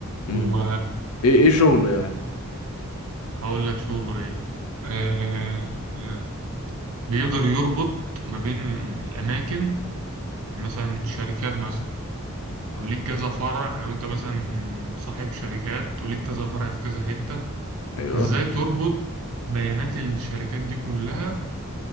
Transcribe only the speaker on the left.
امم
ايه ايه شغله يعني
ايوه